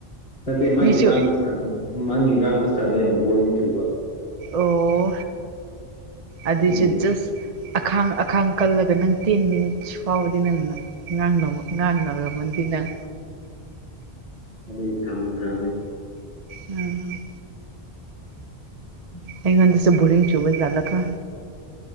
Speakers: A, on the left; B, on the right.
A: ꯅꯠꯇꯦ ꯃꯥꯒꯤ
B: ꯃꯤꯁꯨ
A: ꯉꯥꯡꯕ ꯆꯗ ꯃꯥꯒꯤ ꯉꯥꯡꯕ ꯆꯥꯟꯗ ꯌꯥꯝ ꯕꯣꯔꯤꯡ ꯇꯨꯕ
B: ꯑꯣ ꯑꯗꯨꯏꯁꯨ
A: ꯑꯗꯨꯒꯤ
B: ꯖꯁ ꯑꯈꯥꯡ ꯑꯈꯥꯡ ꯀꯜꯂꯒ ꯅꯪ ꯇꯦꯟ ꯃꯤꯅꯤꯠꯁ ꯐꯥꯎꯕꯗꯤ ꯅꯪ ꯉꯥꯡꯅꯕ ꯉꯥꯡꯔꯕꯅꯤ ꯅꯪ
A: ꯑꯗ ꯊꯥꯡꯒ
B: ꯎꯝ
A: ꯎꯝ
B: ꯑꯩꯉꯥꯟ ꯇꯁ ꯕꯨꯔꯤꯡ ꯆꯨꯕꯂ ꯀ